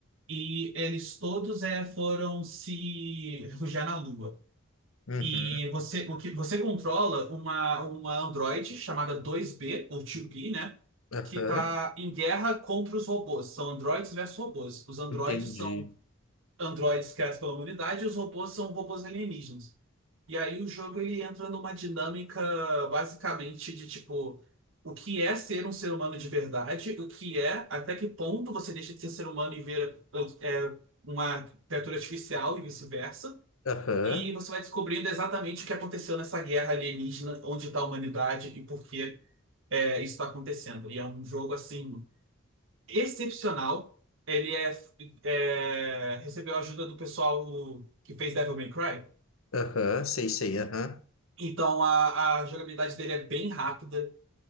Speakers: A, on the right; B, on the left.
A: e eles todos é, foram se refugiar na Lua.
B: Uhum.
A: E você, o que, você controla uma, uma androide chamada 2B, ou 2B, né?
B: Aham,
A: Que tá em guerra contra os robôs. São androides versus robôs. Os androides
B: entendi.
A: são androides criados pela humanidade e os robôs são robôs alienígenas. E aí o jogo ele entra numa dinâmica basicamente de tipo o que é ser um ser humano de verdade, o que é, até que ponto você deixa de ser ser humano e ver é, uma criatura artificial e vice-versa.
B: Aham,
A: E você vai descobrindo exatamente o que aconteceu nessa guerra alienígena, onde está a humanidade e por que é, isso está acontecendo. E é um jogo assim excepcional. Ele é, é recebeu a ajuda do pessoal que fez Devil May Cry.
B: aham, sei, sei, aham.
A: Então a, a jogabilidade dele é bem rápida.